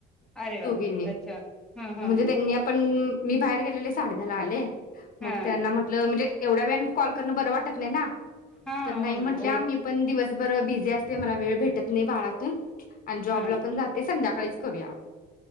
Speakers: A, in the centre; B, on the left.
A: अरे बापे!
B: दोघींनी
A: अच्छा, हा. हा
B: म्हणजे
A: हा
B: त्यांनी आपण मी बाहेर गेलेले साडेदहाला आले.
A: हा
B: मग त्यांना म्हटलं म्हणजे एवढ्या वेळने कॉल करणं बरं वाटत नाही ना?
A: हा
B: तर नाही
A: हो
B: म्हटले
A: ना ओळख
B: आम्ही पण दिवसभर भिजी जास्त मला वेळ भेटत नाही बाारातून आणि जॉबला
A: हा
B: पण जाते संध्याकाळीच करूया आप